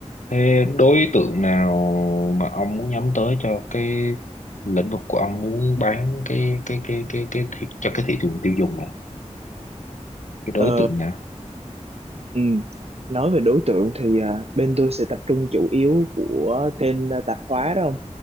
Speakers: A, on the left; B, on the right.
A: Thế đối tượng nào mà ông muốn nhắm tới cho cái lĩnh vực của ông muốn bán cái cái cái cái cái, thị, cho cái thị trường tiêu dùng này? Cái đối
B: Ờ,
A: tượng nào?
B: ừ. Nói về đối tượng thì à, bên tôi sẽ tập trung chủ yếu của kênh à, tạp hóa đó không?